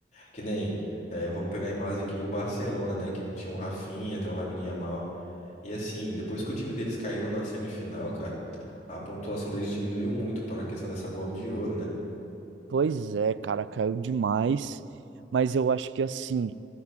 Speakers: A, on the left (about 40°); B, on the right (about 80°).
A: Que nem, eh, vamos pegar em base aqui o Barcelona, né? Que tinha um Rafinha, tem um Lamine Yamal. E assim, depois que o time deles caíram na semifinal, cara, a pontuação deles diminuiu muito para a questão dessa bola de ouro, né?
B: Pois é, cara, caiu demais. Mas eu acho que assim,